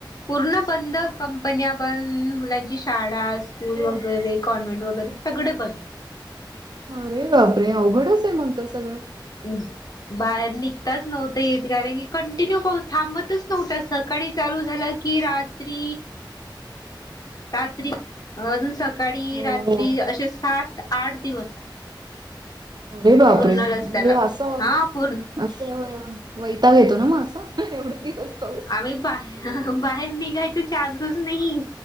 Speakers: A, on the left; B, on the right.
A: पूर्ण बंद. कंपन्या बंद. मुलांची शाळा स्कूल
B: मग
A: वगैरे, कॉन्व्हेंट वगैरे सगळे बंद.
B: अरे बापरे अवघडच आहे मग तर सगळं.
A: हम. बाहेर निघताच नव्हत येत. कारण की कंटिन्यू पाऊस थांबतच नव्हता. सकाळी चालू झाला की कि रात्री रात्री अजून सकाळी
B: हो
A: रात्री असे सात आठ दिवस
B: अरे बापरे
A: पूर्ण रस्त्याला
B: हे असं
A: हा पूर्ण
B: असं वैताग येतो ना. मग असं एवढे दिवस पाऊस.
A: आम्ही बा बाहेर निघायच चान्सच नाही.